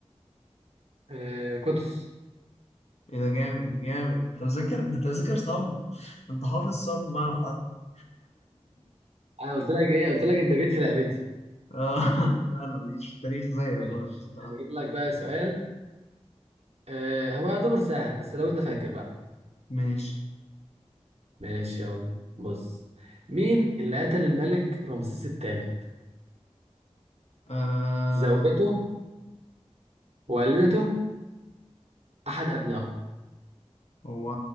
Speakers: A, on the right; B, on the left.
A: آه، قدس
B: ايه ده جامد جامد انت مذاكر انت مذاكر صم انت حافظ صم معنى
A: انا
B: حرف <laughs>
A: قلت لك ايه قلت لك انت جيت في لعبتي
B: آه لا انا ماليش في التاريخ زيك
A: ماشي
B: بقى بصراحة.
A: هجيب لك بقى سؤال آه هو يعتبر سهل بس لو انت فاكر بقى
B: ماشي
A: ماشي يلا بص مين اللي قتل الملك رمسيس الثالث
B: آه
A: زوجته والدته احد ابنائه
B: هو